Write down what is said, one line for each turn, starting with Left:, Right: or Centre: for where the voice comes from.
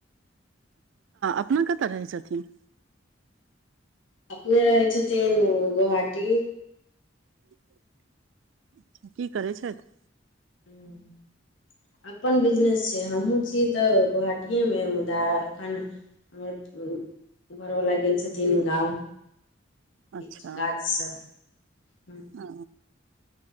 Right: अपना कतऽ रहै छथिन
Left: अपने रहै छथिन गोहाटी
Right: <inaudible> की करै छथि
Left: हँ, अपन बिजनेस छै हमहूँ छी तऽ गोहाटीए मे, मुदा एखन हमर घरवला गेल छथि गाँव किछु
Right: अच्छा
Left: काज सँ हँ
Right: हँ